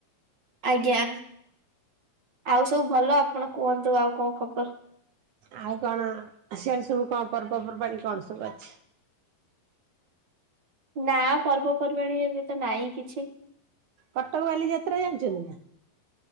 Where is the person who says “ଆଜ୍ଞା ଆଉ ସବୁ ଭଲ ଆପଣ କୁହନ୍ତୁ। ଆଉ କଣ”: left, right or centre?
Right